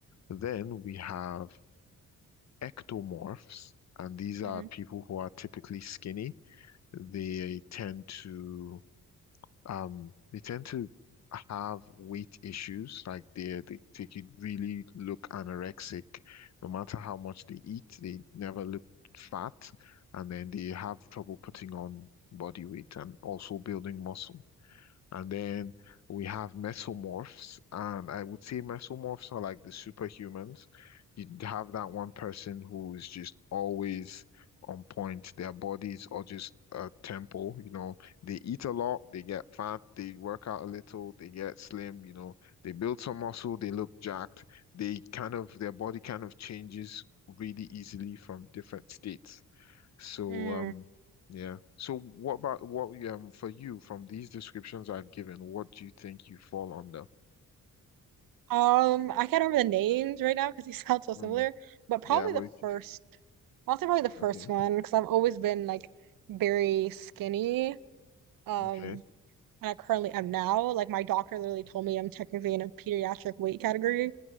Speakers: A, on the left (about 50°); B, on the right (about 75°).
A: Then we have ectomorphs, and these are
B: hmm
A: people who are typically skinny. They tend to um they tend to have weight issues like they they, they could really look anorexic no matter how much they eat they never look fat and then they have trouble putting on body weight and also building muscle and then we have mesomorphs, and I would say mesomorphs are like the superhumans. You'd have that one person who is just always on point. Their bodies are just a temple, you know. They eat a lot, they get fat, they work out a little, they get slim, you know. They build some muscle, they look jacked. They kind of, their body kind of changes really easily from different states. So
B: Mm.
A: um yeah. So what about what um for you from these descriptions I've given, what do you think you fall under?
B: Um, I can't remember the names right now because they <laughs> sound so similar,
A: Mm,
B: but probably
A: yeah, but
B: the first. I'll say probably the first
A: okay,
B: one because I've always been like very skinny. Um,
A: okay.
B: and I currently am now. Like my doctor literally told me I'm technically in a pediatric weight category,